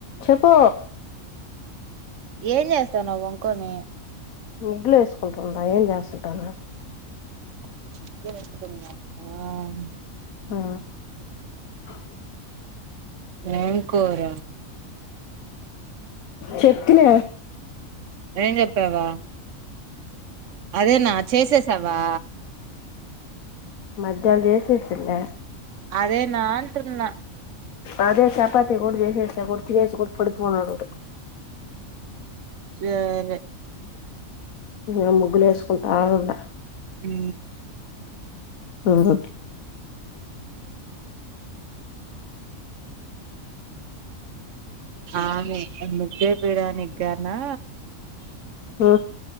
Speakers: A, on the left; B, on the right.
A: చెెప్పు
B: ఏం చేస్తావ్ నువ్వు వొంకొని
A: ముడ్లే వేసుకుంటున్నా ఏం చేస్తుంటాను
B: <inaudible>
A: ఆ ఆ
B: ఏం కూర
A: చెప్తిన
B: ఏం చెప్పావా అదేనా చేసేసావా
A: మధ్యాహ్నం చేసేసిన్లే
B: అదేనా అంటున్న
A: అదే చపాతి కూడా చేసేస్తే కూడ తినేసి కూడా పడిపోయినాడు
B: చరే
A: ఆ ముగ్గులు వేసుకుంటా ఉన్నా
B: మ్
A: ఆ హ
B: ఆమె ముద్దే పీడనికి కనా
A: ఆ